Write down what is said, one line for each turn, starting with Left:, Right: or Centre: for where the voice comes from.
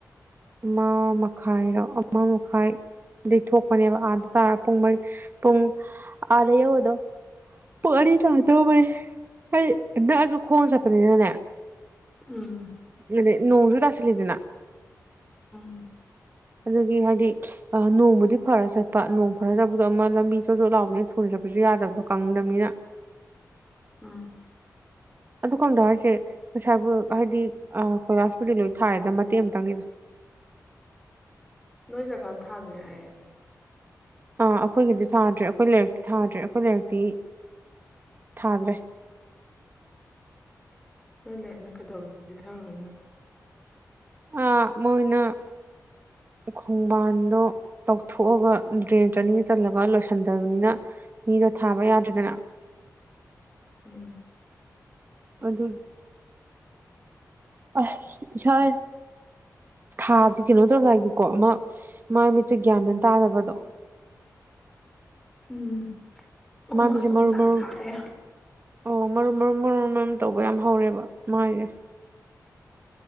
Right: ꯑꯃ ꯃꯈꯥꯏꯔꯣ ꯑꯃ ꯃꯈꯥꯏ ꯑꯗꯩ ꯊꯣꯛꯄꯅꯦꯕ ꯑꯥꯗ ꯇꯥꯔ ꯄꯨꯡ ꯃꯔꯤ ꯄꯨꯡ ꯑꯥꯗ ꯌꯧꯕꯗꯣ ꯄꯔꯤ ꯇꯥꯗ꯭ꯔꯣꯕꯅꯤ ꯍꯥꯏ ꯅꯛꯁꯨ ꯈꯣꯡ ꯆꯠꯄꯅꯤꯅꯅꯦ
Centre: ꯎꯝ
Right: ꯑꯗ ꯅꯣꯡꯁꯨ ꯇꯥꯁꯜꯂꯤꯗꯅ
Centre: ꯎ
Right: ꯑꯗꯨꯗꯒꯤ ꯍꯥꯏꯗꯤ ꯑ ꯅꯣꯡꯕꯨꯗꯤ ꯐꯔ ꯆꯠꯄ ꯅꯣꯡ ꯐꯔ ꯆꯠꯄꯗꯣ ꯑꯃ ꯂꯝꯕꯤ ꯆꯣꯠ ꯆꯣꯠ ꯂꯥꯎꯕꯅꯤꯅ ꯊꯨꯜ ꯆꯠ ꯆ ꯆꯠꯕꯁꯨ ꯌꯥꯗꯕꯗꯣ ꯀꯪꯗꯕꯅꯤꯅ
Centre: ꯑꯥ
Right: ꯑꯗꯨ ꯈꯪꯗ ꯍꯥꯏꯁꯦ ꯄꯩꯁꯥꯕꯨ ꯍꯥꯏꯗꯤ ꯀꯣꯏꯂꯥꯁꯄꯨꯗꯤ ꯂꯣꯏ ꯊꯥꯔꯦꯗ ꯃꯇꯦꯛ ꯑꯃꯇꯪꯅꯤꯗ <unintelligible>
Centre: ꯅꯣꯏ ꯖꯒꯥ ꯊꯥꯗ꯭ꯔꯦ ꯍꯥꯏꯌꯦꯦ
Right: ꯑꯥ ꯑꯩꯈꯣꯏꯒꯤꯗꯤ ꯊꯥꯗ꯭ꯔꯦ ꯑꯩꯈꯣꯏ ꯂꯥꯏꯔꯛꯇꯤ ꯊꯥꯗ꯭ꯔꯦ ꯑꯩꯈꯣꯏ ꯂꯥꯏꯔꯛꯇꯤ ꯊꯥꯗ꯭ꯔꯦ
Centre: ꯍꯣꯏ ꯂꯩꯔꯦꯅ ꯀꯩꯗꯧꯕꯗꯗꯤꯤꯊꯥꯔꯣꯏꯅꯣ
Right: ꯑ ꯃꯣꯏꯅ ꯈꯣꯡꯕꯥꯟꯗꯣ ꯇꯧꯊꯣꯛꯑꯒ ꯗ꯭ꯔꯦꯟ ꯆꯅꯤ ꯆꯜꯂꯒ ꯂꯣꯏꯁꯟꯗꯕꯅꯤꯅ ꯃꯤꯗꯣ ꯊꯥꯕ ꯌꯥꯗꯗꯅ
Centre: ꯎꯝ
Right: ꯄꯗꯨ ꯑ ꯍ ꯊꯥꯗꯤ ꯀꯩꯅꯣ ꯇꯧꯔꯑꯒꯦꯀꯣ ꯑꯃ ꯃꯥꯏ ꯃꯤꯠꯆꯦ ꯒ꯭ꯌꯥꯃꯦꯟ ꯇꯥꯗꯕꯗꯣ <inaudible>
Centre: ꯎꯝ ꯑꯍꯨꯝ
Right: ꯃꯥꯁꯤꯦ
Centre: ꯑꯁ
Right: ꯃꯔꯃꯔꯨ
Centre: ꯅꯨꯡꯁꯥ ꯌꯥꯝ ꯁꯥꯏꯌꯦ
Right: ꯑꯣ ꯃꯃꯔ ꯃꯔ ꯃꯔꯨꯝ ꯇꯧꯕ ꯌꯥꯝ ꯍꯧꯔꯦꯕ ꯃꯥꯥꯏꯁꯦ